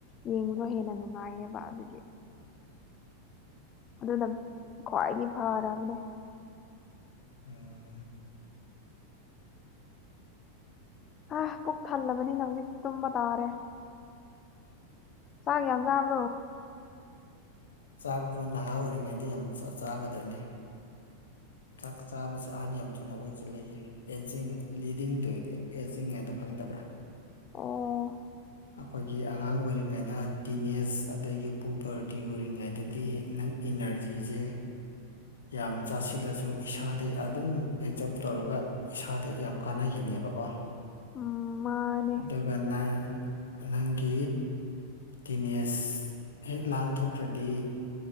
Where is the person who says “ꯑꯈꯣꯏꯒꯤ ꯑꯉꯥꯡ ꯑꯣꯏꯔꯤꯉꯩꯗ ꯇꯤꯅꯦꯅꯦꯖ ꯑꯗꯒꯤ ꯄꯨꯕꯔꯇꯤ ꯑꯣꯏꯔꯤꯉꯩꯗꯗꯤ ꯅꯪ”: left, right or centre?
Left